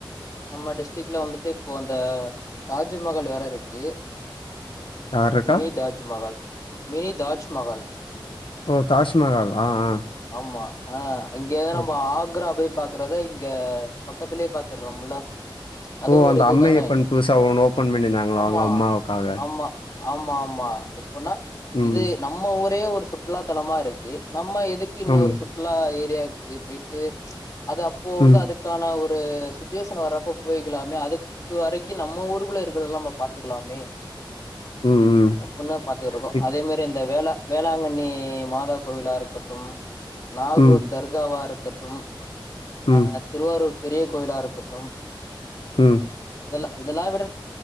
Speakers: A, on the left; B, on the left.
A: நம்ம டிஸ்டிக்ல வந்துட்டு இப்போ அந்த தாஜ்மஹல் வேற இருக்கு
B: யார் இருக்கா?
A: மினி தாஜ் மஹால் மினி தாஜ் மஹால்
B: ஒ தாஜ்மஹால் ஆ ஆ
A: ஆமா ஆ அங்கே
B: ஆ.
A: நம்ப ஆக்ரா போய் பாக்குறது இங் க பக்கத்துலே பாத்துட் ரொம்ல அதும்
B: ஓ
A: ஒரு
B: அந்த
A: இதுதானே
B: அம்மையப்பன் புதுசா ஒண்ணு ஓப்பன் பண்ணிருந்தாங்களா
A: ஆமா
B: அவங்க அம்மாவுக்காக.
A: ஆமா ஆமா ஆமா எப்பனா
B: ம்.
A: இது நம்ம ஊரே ஒரு சுற்றுலா தலமா இருக்கு நம்ம எதுக்கு இன்னொரு
B: ம்.
A: சுற்றுலா ஏரியாக் க்கு போய்ட்டு அது அப்போ வந்து
B: ம்
A: அதுக்கான ஒரு ப்ரே சுத் டூயுஷன் வறப்ப போயிக்கிலாமே அதுக்கு வரக்கி நம்ம ஊருகுள்ள இருக்கறதல்லா நம்ம பாத்துகிலாமே
B: ம் ம்
A: அப்புன்னா பாத்துட்ருக்கோ
B: இப்
A: அதே மரி அந்த வேல வேளாங்கண்ணி மாதா கோவிலா இருக்கட்டும் நாகூர்
B: ம்
A: தர்காவா இருக் கட்டும்
B: ம்
A: அ திருவாரூர் பெரிய கோயிலா இருக்கட் தோம்
B: ம்
A: இதல்ல இதெலா விட்